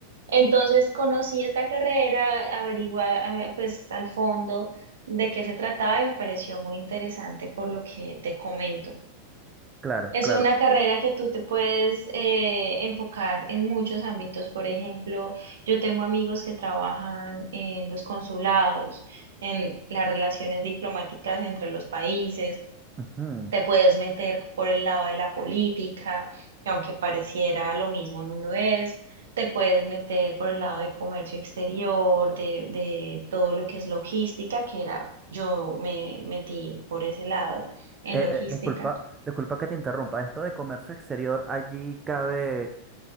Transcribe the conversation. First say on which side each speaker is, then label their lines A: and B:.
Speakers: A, on the right; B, on the right.
A: Entonces conocí esta carrera, averiguada, pues al fondo de qué se trataba y me pareció muy interesante por lo que te comento.
B: Claro,
A: Es
B: claro.
A: una carrera que tú te puedes eh, enfocar en muchos ámbitos. Por ejemplo, yo tengo amigos que trabajan en los consulados, en las relaciones diplomáticas entre los países.
B: Ujú.
A: Te puedes meter por el lado de la política, que aunque pareciera lo mismo, no lo es. Te puedes meter por el lado de comercio exterior, de, de todo lo que es logística, que era, yo me metí por ese lado en
B: Eh,
A: logística.
B: eh, disculpa, disculpa que te interrumpa. Esto de comercio exterior, allí cabe,